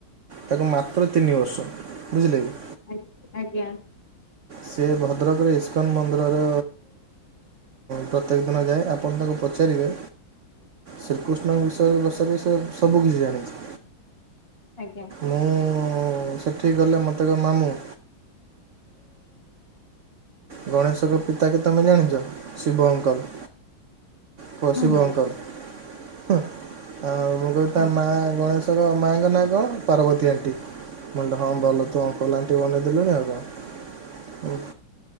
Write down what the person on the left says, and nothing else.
ଆଜ୍ଞା ଆଜ୍ଞା।
ଆଜ୍ଞା।
ହଁ ହଁ
ହଁ।